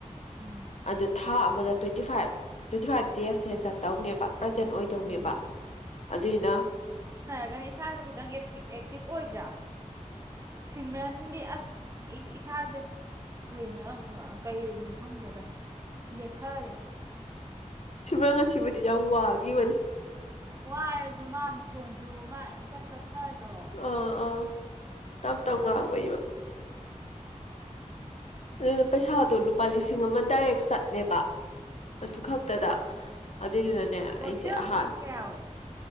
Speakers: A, on the right; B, on the left.
A: ꯎꯝ
B: ꯑꯗ ꯊꯥ ꯑꯃꯗ ꯇ꯭ꯋꯦꯟꯇꯤ ꯐꯥꯏꯚ ꯇ꯭ꯋꯦꯟꯇꯤ ꯐꯥꯏꯚ ꯗꯦꯖꯁꯦ ꯆꯠꯇꯧꯅꯦꯕ ꯄ꯭ꯔꯖꯦꯟ ꯑꯣꯏꯗꯧꯅꯦꯕ
A: ꯎꯝ
B: ꯑꯗꯨꯏꯗꯨꯅ
A: ꯢꯁꯥꯁꯦ ꯈꯤꯇꯪ ꯑꯦꯞꯇꯤꯞ ꯑꯦꯛꯇꯤꯞ ꯑꯣꯏꯗ꯭ꯔꯥ ꯁꯤꯝꯔꯟ ꯗꯤ ꯑꯁ ꯏꯁꯥꯁꯦ ꯀꯩꯅꯣ ꯌꯥꯝ ꯀꯩꯅꯣ ꯈꯪꯗꯦꯗ ꯂꯦꯊꯔꯦ
B: ꯁꯤꯝꯔꯟ ꯉꯁꯤꯕꯨꯗꯤ ꯌꯥꯝ ꯋꯥꯒꯤꯕꯅꯤ
A: ꯋꯥꯏꯔꯁꯨ ꯃꯥ ꯃꯈꯣꯟꯁꯨ ꯃꯥ ꯏꯇꯞ ꯇꯞ ꯊꯗ꯭ꯔꯣ
B: ꯑꯥ ꯑꯥ ꯇꯞ ꯇꯞ ꯉꯥꯡꯕꯩ ꯃꯥ ꯑꯩꯅ ꯄꯩꯁꯥꯗꯣ ꯂꯨꯄꯥ ꯂꯤꯁꯤꯡ ꯑꯃ ꯗꯥꯏꯔꯦꯛ ꯆꯠꯂꯦꯕ ꯑꯗꯨ
A: ꯎꯝ
B: ꯈꯛꯇꯗ ꯑꯗꯨꯢꯗꯨꯅꯅꯦ
A: ꯍꯣꯁꯇꯦꯜ
B: ꯑꯩꯁꯦ ꯑꯍꯥꯟ
A: ꯐꯤꯁ ꯀꯌꯥ ꯑꯣꯏ